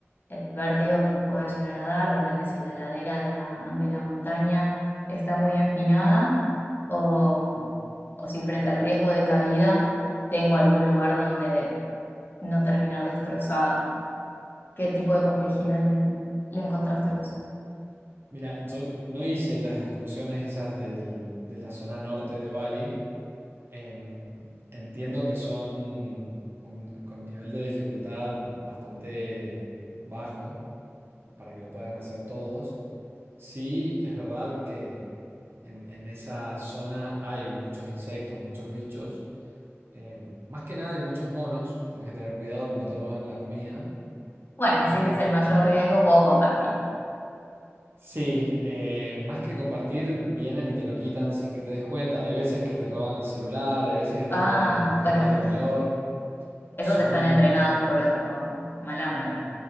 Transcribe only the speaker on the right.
Mira, yo no hice las excursiones esas del- de la zona norte de Bali. Em, entiendo que son un- con nivel de dificultad bastante bajo para que lo puedan hacer todos. Sí, es verdad que en, en esa zona hay muchos insectos, muchos bichos. Em, más que nada hay muchos monos. Tenés que tener cuidado que no te roben la comida.
Y
des-
Sí, eh, más que compartir, vienen y te lo quitan sin que te des cuenta. Hay veces que te roban el celular, hay veces que te
roban los objetos
de
valor.
Son,